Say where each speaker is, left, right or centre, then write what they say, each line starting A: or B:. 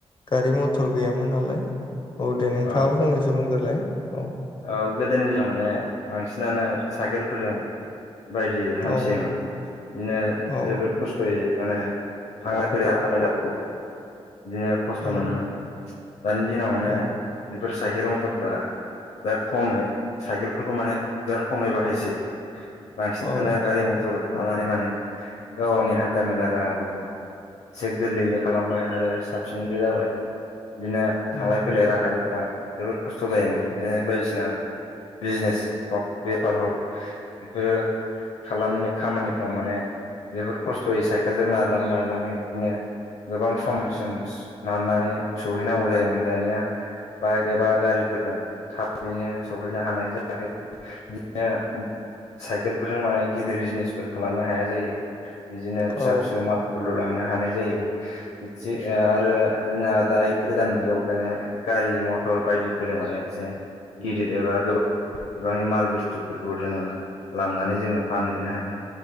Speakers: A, on the left; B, on the left.
A: गारि मथर गैयामोन नालाय औ दे नोंथाङो
B: औ
A: फंनैसो बुंग्रोलाय औ
B: औ गोदोनि दिनाव माने बांसिनानो साइकेलफोरजों बायदि हान्थियोमोन
A: औ
B: बिदिनो
A: औ
B: जोबोद खस्थ'यै माने थांलाय फैलाय हान्था मेलाखौ बिदिनो खस्थ'
A: उम
B: मोनोमोन दानि दिनाव माने
A: औ
B: बेफोर साइकेल मथरफ्रा बिराद खमाय साइकेलफोरखौ माने बिराद खमै बाहायसै बांसिनानो
A: औ
B: गारि मथर लानानै माने गाव गावनि हान्था मेला राहाफोरखौ एसे गोरलैयैनो खालामबाय आरो साबसिनबो जाबाय बिदिनो थांलाय
A: उम
B: फैलाय राहा जोबोद खस्थ' जायोमोन बिदिनो बायदिसिना बिजनेस हक बेफार हक बिफोरो खालामनो खामानिफ्राव माने जबोद खस्थ'यै साइखेलजों नारलां नारलां बिदिनो गोबां समसिम नारनानै सहैनांगौ जायोमोन दानिया बाइक एबा गारिफोरजों थाबैनो सहैनो हानाय जायाखै बिदिनो साइकेलफोरजों माने गिदिर बिजनेसफोर खालामनो हाया जायो। बिदिनो फिसा
A: औ
B: फिसौ मालफोरल' लांनो हानाय जायो बि आरो जोंना दायो गोदान मुगायाव गारि मथर बायदि फोरों माने एसे गिदिर एबा गोबां बिबांनि माल बुस्थुफोरखौ जोङो लांनानै जोङो फानहैनो हायो।